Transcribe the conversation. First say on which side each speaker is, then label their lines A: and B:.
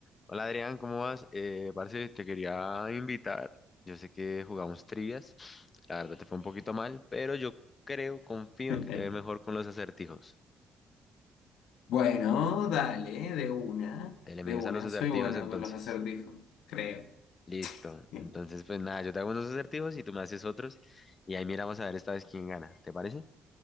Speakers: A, on the left; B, on the left.
A: Hola Adrián, ¿cómo vas? Eh, parce, te quería invitar. Yo sé que jugamos trivias. La verdad te fue un poquito mal, pero yo creo, confío
B: <laughs>
A: en que te ve mejor con los acertijos.
B: Bueno, dale, de una,
A: Te le
B: de
A: mides
B: una,
A: a los acertijos
B: soy bueno
A: entonces.
B: con los acertijos, creo.
A: Listo.
B: <laughs>
A: Entonces, pues nada, yo te hago unos acertijos y tú me haces otros. Y ahí miramos a ver esta vez quién gana. ¿Te parece?